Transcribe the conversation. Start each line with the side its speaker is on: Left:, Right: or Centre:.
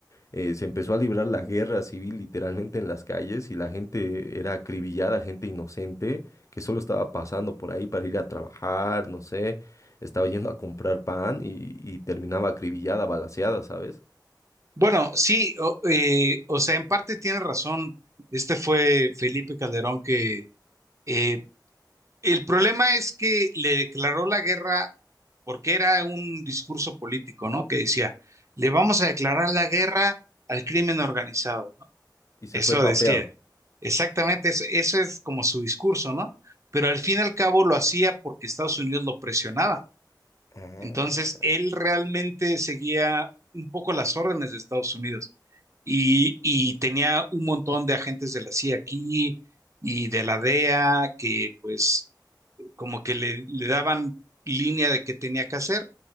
Left: eh, se empezó a librar la guerra civil literalmente en las calles y la gente era acribillada, gente inocente que solo estaba pasando por ahí para ir a trabajar, no sé, estaba yendo a comprar pan y, y terminaba acribillada, balaceada, ¿sabes?
Right: Bueno, sí, o, eh, o sea, en parte tiene razón. Este fue Felipe Calderón que eh, el problema es que le declaró la guerra porque era un discurso político, ¿no? Que decía, le vamos a declarar la guerra al crimen organizado, ¿no?
Left: Y se
Right: Eso
Left: fue papeado.
Right: decía. Exactamente, eso, eso es como su discurso, ¿no? Pero al fin y al cabo lo hacía porque Estados Unidos lo presionaba.
Left: Ah,
Right: Entonces, él realmente seguía un poco las órdenes de Estados Unidos y, y tenía un montón de agentes de la CIA aquí y de la DEA que pues como que le, le daban línea de qué tenía que hacer,